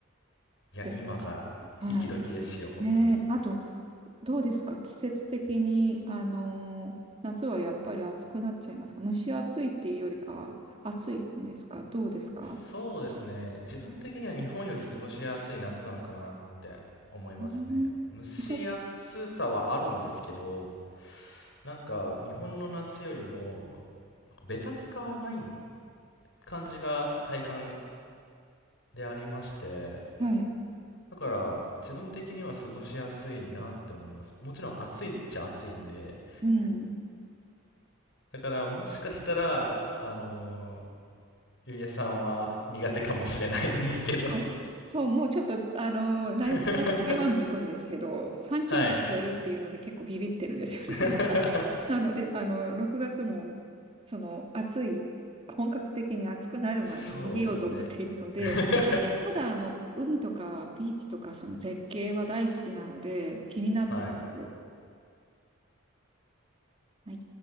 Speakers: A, on the left; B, on the right.
A: いや、
B: ベストシーズンはい。
A: 今が息時ですよ、本当に。
B: ねえ、あとどうですか季節的に、あのー夏はやっぱり暑くなっちゃいますか蒸し暑いっていうよりかは暑いんですかどうですか
A: そうですね。自分的には日本より過ごしやすい夏なのかなって思いますね。
B: うん行かれ、
A: 蒸し暑さはあるんですけど、なんか日本の夏よりも、なんかベタつかない感じが体感でありまして、
B: はい。
A: だから自分的には過ごしやすいなって思います。もちろん暑いっちゃ暑いんで、
B: うん。
A: だからもしかしたら、あのーゆりえさんは苦手かもしれないんですけど
B: あそう、もうちょっと、あの、来週台湾に行くんですけど、
A: <laughs>
B: 30度超えるっていうので結構ビビってるんですよね。
A: はい。<laughs>
B: <laughs> もうなので、あの、6月も、その、暑い、本格的に暑くなる前に逃げようと思っているので、
A: そうですね。<laughs>
B: ただ、あの、海とかビーチとか、その絶景は大好きなので、気になってます。
A: はい。
B: はい